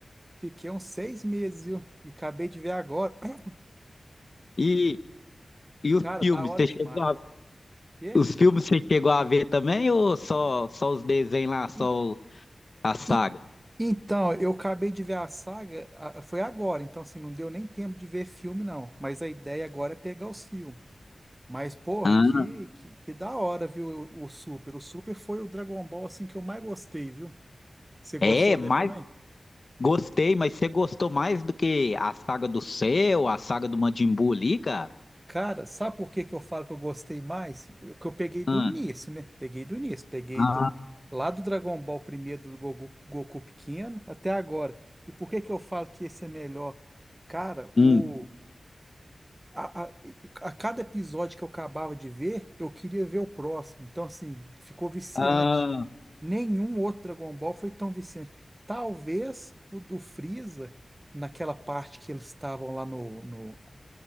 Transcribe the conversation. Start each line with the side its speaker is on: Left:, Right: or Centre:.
Right: Fiquei uns seis meses, viu? E acabei de ver agora. <coughs>
Left: E, e os
Right: Cara,
Left: filmes?
Right: da hora
Left: Você
Right: demais.
Left: chegou a,
Right: Quê?
Left: os filmes você chegou a ver também ou só, só os desenhos lá, só
Right: E-
Left: o- a saga?
Right: e- Então, eu acabei de ver a saga, a- foi agora, então assim, não deu nem tempo de ver filme, não. Mas a ideia agora é pegar os filmes. Mas, porra,
Left: Ah,
Right: que, que, que da hora, viu, o, o Super. O Super foi o Dragon Ball, assim, que eu mais gostei, viu? Você gostou
Left: é, mas
Right: dele também?
Left: gostei, mas você gostou mais do que a saga do Cell, a saga do Majin Buu ali, cara?
Right: Cara, sabe por que que eu falo que eu gostei mais? Eu- Que eu peguei do
Left: Ah,
Right: início, né? Peguei do início, peguei
Left: ah,
Right: do- lá do Dragon Ball primeiro do Goku, Goku pequeno até agora. E por que que eu falo que esse é melhor? Cara, o
Left: hum,
Right: a, a, a cada episódio que eu acabava de ver, eu queria ver o próximo. Então, assim, ficou viciante.
Left: ah,
Right: Nenhum outro Dragon Ball foi tão viciante. Talvez o do Freeza, naquela parte que eles estavam lá no, no